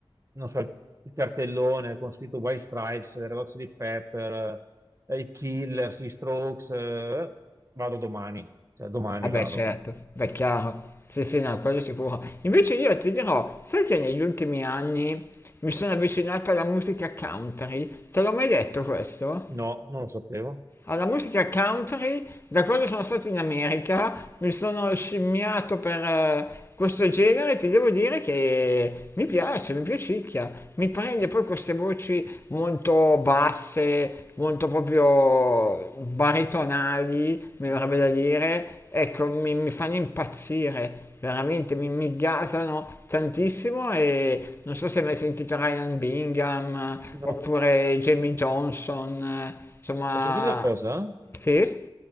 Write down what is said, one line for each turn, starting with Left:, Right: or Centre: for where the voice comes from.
Right: non so, il cartellone con scritto White Stripes, Red Hot Chili Pepper, eh, i Killers, gli Strokes, eh, vado domani, cioè domani
Left: Vabbè,
Right: vado.
Left: certo, beh, chiaro. Sì, sì, no, quello sicuro. Invece io ti dirò, sai che negli ultimi anni mi sono avvicinato alla musica country? Te l'ho mai detto questo?
Right: No, non lo sapevo.
Left: alla musica country, da quando sono stato in America, mi sono scimmiato per eh, questo genere e ti devo dire che mi piace, mi piacicchia. Mi prende poi queste voci molto basse, molto proprio baritonali, mi verrebbe da dire. Ecco, mi, mi fanno impazzire, veramente, mi, mi gasano tantissimo e non so se hai mai sentito Ryan Bingham eh,
Right: No.
Left: oppure Jamie Johnson. eh, Insomma,
Right: Posso dire una cosa?
Left: sì,